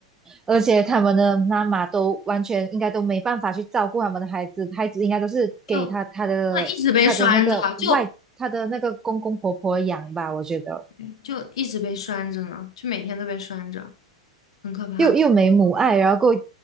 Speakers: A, on the right (about 15°); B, on the left (about 70°).
A: 而且他们的妈妈都完全应该都没办法去照顾他们的孩子，孩子应该都是给他他的他的那个外他的那个公公婆婆养吧，
B: 就那一直被拴着啊，就
A: 我觉得。
B: 对就一直被拴着呢，就每天都被拴着，很可怕。
A: 又又没母爱，然后够